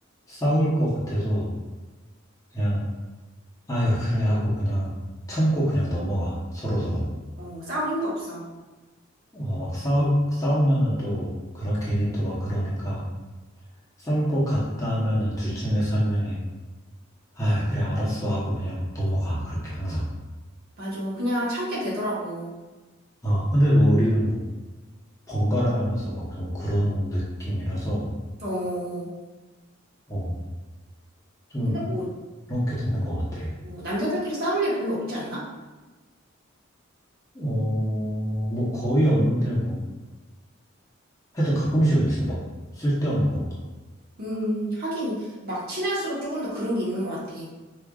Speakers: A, on the left (about 15°); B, on the right (about 50°).
A: 싸울 것 같아도, 그냥 아유, 그래 하고 그냥 참고 그냥 넘어가. 서로서로.
B: 어, 싸울 힘도 없어.
A: 어, 막 싸우, 싸우면은 또, 그런, 괜히 또 막 그러니까, 싸울 것 같다 하면은 둘 중에서 한 명이, 아유, 그래, 알았어 하고 그냥 넘어가. 그렇게 항상.
B: 맞아. 그냥 참게 되더라고.
A: 어, 근데 뭐 우리는 뭐, 번갈아 가면서 막 좀 그런 느낌이라서,
B: 어,
A: 어, 좀
B: 근데 뭐,
A: 그렇게 되는 것 같아.
B: 뭐 남자들끼리 싸울 일 별로 없지 않나?
A: 어, 뭐 거의 없는데 뭐, 하여튼 가끔씩은 있어. 막, 쓸데없는 걸로.
B: 음, 하긴, 막 친할수록 조금 더 그런 게 있는 것 같아.